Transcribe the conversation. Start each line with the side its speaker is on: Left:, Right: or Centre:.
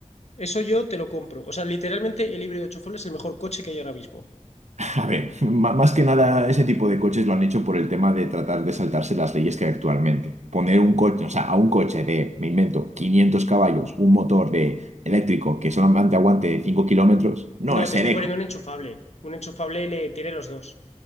Left: Eso yo te lo compro. O sea, literalmente el híbrido enchufable es el mejor coche que hay ahora mismo.
Right: A ver, ma- más que nada ese tipo de coches lo han hecho por el tema de tratar de saltarse las leyes que hay actualmente. Poner un coche, o sea, a un coche de, me invento, 500 caballos, un motor de eléctrico que solamente aguante 5 kilómetros, no
Left: No,
Right: es
Left: te
Right: ser
Left: estoy
Right: eco.
Left: poniendo un enchufable. Un enchufable le tiene los dos.